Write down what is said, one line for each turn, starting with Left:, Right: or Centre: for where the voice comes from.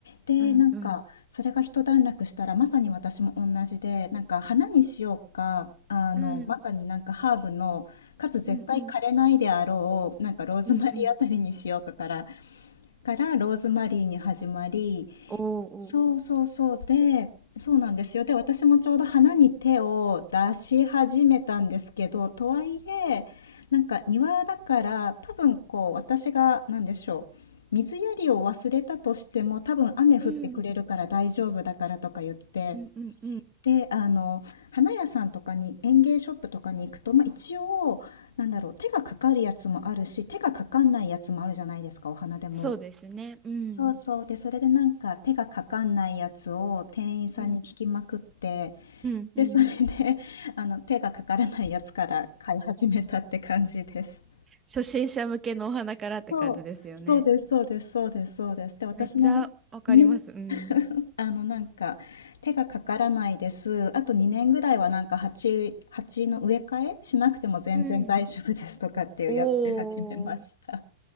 Left: で、
Right: うんうん。
Left: なんんかそれが一段落したらまさに私も同じで、なんか花にしようか、あの、
Right: うん
Left: まさになんかハーブの、かつ絶対枯れないであろう、
Right: うんうん
Left: なんかローズマリーあたりにしようかから、
Right: うんうん。
Left: からローズマリーに始まり、
Right: おーおー。
Left: そうそうそう。で、そうなんですよ。で、私もちょうど花に手を出し始めたんですけど、とはいえ、なんか庭だから多分こう私が何でしょう。水やりを忘れたとしても多分雨降ってくれるから大丈夫だからとか言って。
Right: うんうんうんうん。
Left: で、あの、花屋さんとかに園芸ショップとかに行くと、まあ、一応、なんだろう、手がかかるやつもあるし、手がかかんないやつもあるじゃないですか、お花でも。
Right: そうですね。うん。
Left: そうそう。で、それでなんか手がかかんないやつを店員さんに聞きまくって、
Right: うん。うん。うん。
Left: で、それで、<laughs> あの、手がかからないやつから買い始めたって感じです。
Right: 初心者向けのお花からって感じですよね。
Left: そう、そうです、そうです、そうです、そうです。で、私もまね、
Right: めっちゃわかります。うん。
Left: あの、なんか、手がかからないです。あと2年ぐらいはなんか鉢、鉢の植え替えしなくても全然大丈夫ですとかっていうやつで始めました。
Right: うん。おお、